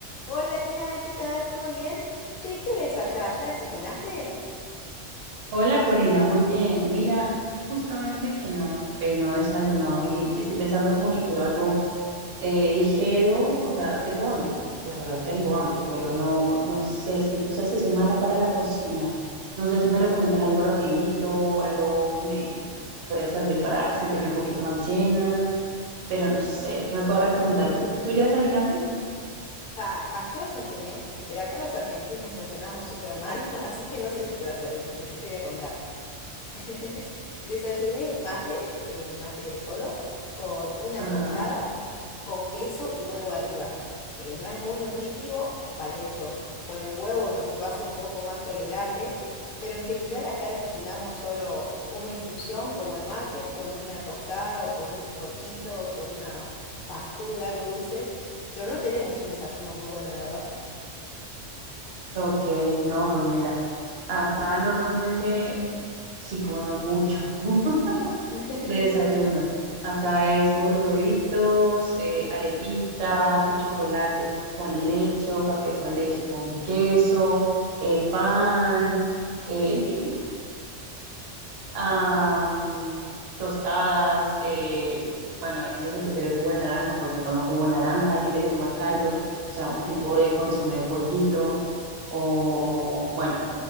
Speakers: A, on the left; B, on the right.
A: Hola Dina, ¿qué tal? ¿Todo bien? Che, ¿qué hora es allá? ¿Ya desayunaste?
B: Hola Corina, muy bien. Mira, justamente que no, eh, no he desayunado y estoy pensando como que quiero algo eh, ligero, o sea, tengo hambre, la verdad tengo hambre, pero no, no sé, es que tú sabes que soy mala para la cocina. No sé si me recomiendas algo rapidito, algo que me pueda servir para sentirme un poquito más llena, pero no sé, ¿qué me puedes recomendar tú? ¿Tú ya desayunaste?
A: Pa, ah, yo desayuné, pero acá los argentinos desayunamos súper mal, <laughs> así que no sé si te va a servir, pero yo te voy a contar. <laughs> Desayuné mate, eh, mate solo, con una
B: Ajá.
A: tostada, con queso y huevo arriba. Eh, no es muy nutritivo, va, de hecho, bueno, el huevo los- lo hace un poco más tolerable, pero en general acá desayunamos solo una infusión como el mate, con una tostada o con un bizcochito o con una factura, algo dulce, pero no tenemos un desayuno muy bueno, la verdad.
B: Ok, no, pues mira, acá normalmente sí comemos mucho. <laughs>
A: <laughs>
B: De desayuno. Acá es como los huevitos, eh, arepita, que chocolate con leche o café con leche con queso, eh, pan, eh, <laughs> am, tostadas. eh, bueno, hay gente que prefiere jugo de naranja, pues pues, toma jugo de naranja, hay gente que toma caldo, o sea, un tipo de consomé de pollito, o bueno,